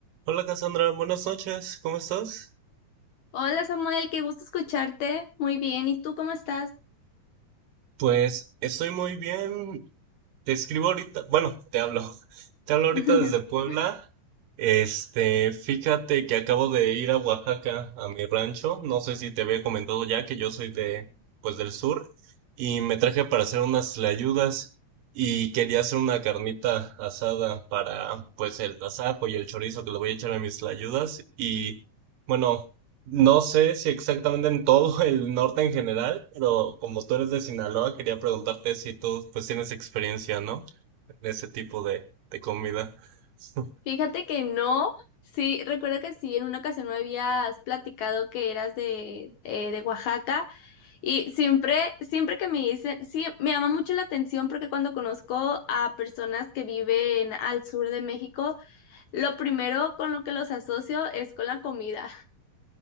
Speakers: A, on the right (about 80°); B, on the left (about 70°).
A: Hola Cassandra, buenas noches, ¿cómo estás?
B: Hola Samuel, qué gusto escucharte. Muy bien, ¿y tú cómo estás?
A: Pues estoy muy bien. Te escribo ahorita, bueno, te hablo. <laughs> Te hablo ahorita
B: <laughs>
A: desde Puebla. Este, fíjate que acabo de ir a Oaxaca, a mi rancho. No sé si te había comentado ya que yo soy de, pues del sur. Y me traje para hacer unas tlayudas. Y quería hacer una carnita asada para, pues, el tasajo y el chorizo que le voy a echar a mis tlayudas. Y, bueno. No sé si exactamente en todo el norte en general, pero como tú eres de Sinaloa, quería preguntarte si tú pues tienes experiencia, ¿no? En ese tipo de, de comida. <laughs>
B: Fíjate que no, sí, recuerdo que sí, en una ocasión me habías platicado que eras de, eh, de Oaxaca y siempre, siempre que me dicen, sí, me llama mucho la atención porque cuando conozco a personas que viven al sur de México, lo primero con lo que los asocio es con la comida.